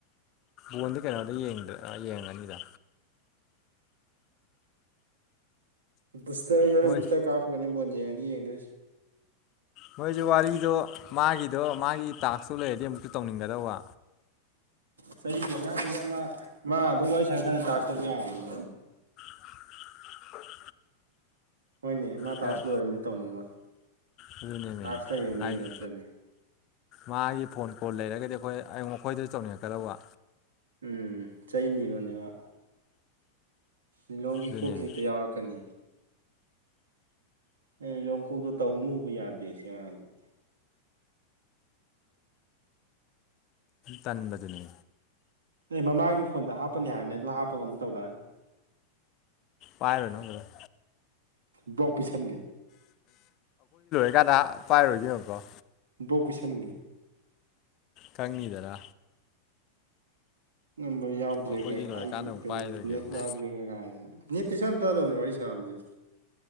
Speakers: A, on the left; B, on the right.
A: ꯕꯣꯟꯗꯤ ꯀꯩꯅꯣꯗ ꯌꯦꯡꯗ꯭ꯔꯦ ꯑ ꯌꯦꯡꯉꯅꯤꯗ
B: ꯕꯨꯁꯇꯔ ꯑꯩꯁꯨ ꯍꯣꯔꯦꯟ
A: ꯃꯣꯏ
B: ꯕꯨꯁꯇꯔ ꯀꯥꯞꯄꯒꯅꯦ ꯕꯣꯟ ꯌꯦꯡꯉꯅꯤ ꯌꯦꯡꯗꯣꯏꯁꯦ
A: ꯃꯣꯏꯁꯦ ꯋꯥꯔꯤꯗꯣ ꯃꯥꯒꯤꯗꯣ ꯃꯥꯒꯤ ꯇꯥꯛꯁꯇꯨ ꯂꯩꯔꯗꯤ ꯑꯃꯨꯛꯁꯨ ꯇꯧꯅꯤꯡꯒꯗꯧꯕ
B: ꯆꯩꯒꯤ ꯑꯉꯥꯡꯅꯤꯗ ꯃꯥ ꯃꯥ ꯑꯗꯨꯝ ꯋꯥꯔꯤ ꯁꯟꯅ ꯁꯅ ꯗꯥꯁ ꯇꯧꯕ ꯌꯥꯕꯅꯤꯀꯩꯅꯣ
A: <inaudible>
B: ꯍꯣꯏꯅꯦ ꯃꯥ
A: ꯈꯔ
B: ꯇꯥꯁ ꯂꯣꯏꯔꯝꯅꯤ ꯇꯧꯅꯤꯡꯉꯣꯏ
A: ꯑꯗꯨꯅꯦꯃꯤ
B: ꯇꯥꯛꯁ ꯂꯩꯕ ꯃꯤꯒꯤ
A: ꯍꯥꯏꯗꯤ
B: ꯅꯠꯇ꯭ꯔꯗꯤ
A: ꯃꯥꯒꯤ ꯐꯣꯟ ꯀꯣꯜ ꯂꯩꯔꯒꯗꯤ ꯑꯩꯈꯣꯏ ꯑꯑꯣ ꯃꯈꯣꯏꯗꯁꯨ ꯇꯧꯅꯤꯡꯉꯛꯀꯗꯧꯕ
B: ꯎꯝ ꯆꯩꯅꯤꯕꯅꯦ ꯃꯥ ꯂꯤꯂꯣꯡꯒꯤ
A: ꯑꯗꯨꯅꯦꯃꯤ
B: ꯀꯣꯛꯁꯤꯍꯦꯛꯇ ꯌꯥꯎꯔꯛꯀꯅꯤ ꯑꯦ ꯂꯤꯂꯣꯡ ꯀꯣꯛꯇꯣ ꯇꯧꯅꯨꯕꯨ ꯌꯥꯗꯦ ꯁꯤ ꯑꯉꯥꯡꯁꯦ
A: ꯇꯟꯕꯗꯨꯅꯦ
B: ꯑꯦ ꯃꯃꯥꯒꯤ ꯐꯣꯟꯗ ꯍꯥꯞꯄꯅꯤ ꯍꯥꯏꯕꯅꯦ ꯑꯗꯨ ꯍꯥꯞꯄꯒ ꯑꯃꯨꯛ ꯇꯧꯔꯛꯑꯅꯤ
A: ꯄꯥꯏꯔꯨꯅꯣ ꯕꯔꯗ
B: ꯕ꯭ꯂꯣꯛ ꯄꯤꯁꯟꯒꯦ
A: <unintelligible> ꯄꯥꯏꯔꯣꯏꯒꯦꯌꯦꯡꯉꯨꯀꯣ
B: ꯕ꯭ꯂꯣꯛ ꯄꯤꯁꯟꯒꯦ
A: ꯀꯪꯅꯤꯗꯅꯥ
B: ꯅꯝꯕꯔ ꯌꯥꯎꯗ꯭ꯔꯦꯒ
A: ꯑꯩꯈꯣꯏꯒꯤ ꯂꯣꯏꯔꯀꯥꯟꯗ
B: ꯑꯩꯒꯤ
A: ꯑꯃꯨꯛ
B: ꯕꯦꯂꯦꯁ
A: ꯄꯥꯏꯔꯣꯏꯒꯦꯕ
B: ꯅꯦꯠ ꯌꯥꯎꯗ꯭ꯔꯦꯒ ꯒꯥꯏꯗꯅ ꯅꯤꯠ ꯀꯩꯁꯥ ꯌꯥꯝ ꯆꯥꯗꯕꯅꯦ ꯋꯥꯔꯤ ꯁꯥꯕꯗꯤ